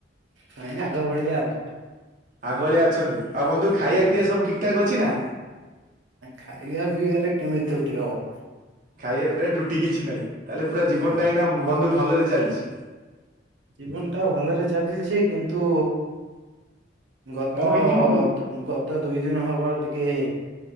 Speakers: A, on the right (about 85°); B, on the right (about 45°).
A: ନାଇଁ ଆଗ ଭଳିଆ ଆଉ
B: ଆଗ ଭଳିଆ ଅଛନ୍ତି ଆଉ ବନ୍ଧୁ
A: ଆଜ୍ଞା
B: ଖାଇବା ପିଇବା ସବୁ ଠିକ ଠାକ ଅଛି ନା।
A: ଖାଇବା ପିଇବାରେ କେମିତି ତ୍ରୁଟି ହବ।
B: ଖାଇବା ପିଇବା ଟୁଟି କିଛି ନାହିଁ ତାହେଲେ ପୁରା ଜୀବନଟା
A: ନାଇଁ
B: ଏଇନା ବନ୍ଧୁ ଭଲରେ ଚାଲିଚି।
A: ଜୀବନ ଟା ଭଲରେ ଚାଲିଚି କିନ୍ତୁ ଗତ
B: କଣ ହେଇଛି ବନ୍ଧୁ
A: ଗତ ଦୁଇ ଦିନ ହବ ଟିକେ